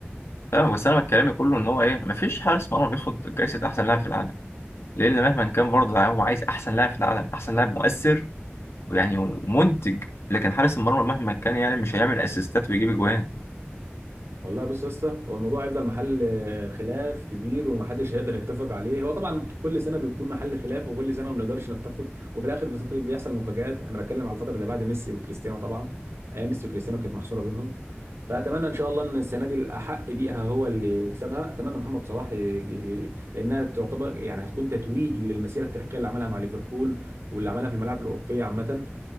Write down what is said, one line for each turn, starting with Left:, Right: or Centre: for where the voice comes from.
Left: فاهمك بس انا كلامي كله ان هو ايه مفيش حارس مرمى بياخد جايزه احسن لاعب في العالم لان مهما كان برضه يعني هو عايز احسن لاعب في العالم احسن لاعب مؤثر ويعني منتج لكن حارس المرمى مهما كان يعني مش هيعمل اسيستات ويجيب اجوان
Right: والله بص يا اسطى هو الموضوع هيفضل محل آه، خلاف كبير ومحدش هيقدر يتفق عليه هو طبعا كل سنه بيكون محل خلاف وكل سنه ما بنقدرش نتفق وفي الاخر بس بيحصل مفاجآت انا بتكلم على الفتره اللي بعد ميسي وكريستيانو طبعا ايام ميسي وكريستيانو كانت محصوره بينهم فاتمنى ان شاء الله ان السنه دي الاحق بيها هو اللي يكسبها اتمنى محمد صلاح ي... ي- لانها تعتبر يعني هتكون تتويج للمسيره التاريخيه اللي عملها مع ليفربول واللي عملها في الملاعب الاوروبيه عامه